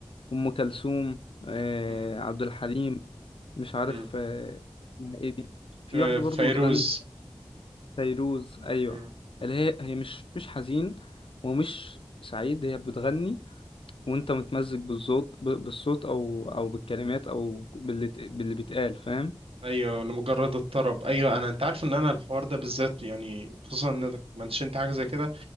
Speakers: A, on the left; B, on the right.
A: ام كلثوم آه،
B: مم.
A: عبد الحليم مش عارف
B: مم.
A: آه، اسمها ايه دي
B: تمام،
A: في واحده
B: فيروز
A: برضو بتغني فيروز ايوه
B: مم.
A: اللي هي هي مش مش حزين ومش سعيد هي بتغني وانت متمزج بالصوت ب- بالصوت او او بالكلمات او باللي ت- باللي بيتقال فاهم
B: ايوه لمجرد الطرب ايوه انا انت عارف ان انا الحوار ده بالذات يعني خصوصا انك منشنت حاجه زي كده